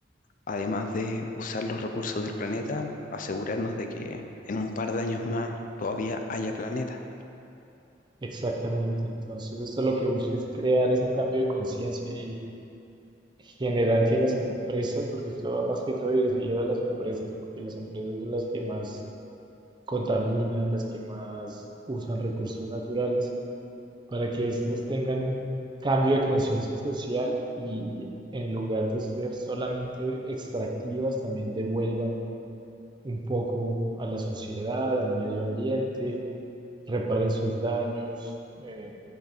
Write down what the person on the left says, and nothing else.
además de usar los recursos del planeta, asegurarnos de que en un par de años más todavía haya planeta.